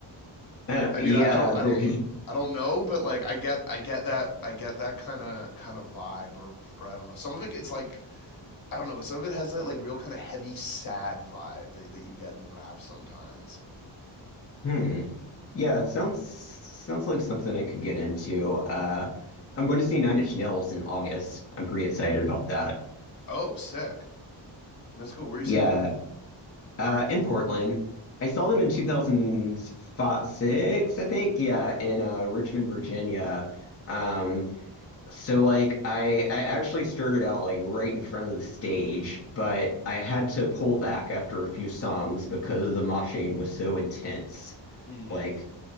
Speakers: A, on the left; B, on the left.
A: Uh,
B: I
A: yeah,
B: mean, I, I don't,
A: there
B: I don't, I don't know, but like, I get, I get that, I get that kind of, kind of vibe, or, or I don't know. Some of it is like, I don't know. Some of it has that like real kind of heavy, sad vibe that, that you get in rap sometimes.
A: <laughs> Hmm. Yeah, sounds sounds like something I could get into. Uh I'm going to see Nine Inch Nails in August. I'm pretty excited about that.
B: Oh, sick. That's cool. Where are
A: Yeah.
B: you seeing them?
A: Uh in Portland. I saw them in 2006. I think. Yeah, in uh Richmond, Virginia. Um So like I I actually started out like right in front of the stage, but I had to pull back after a few songs because the moshing was so intense.
B: Mm-hmm.
A: Like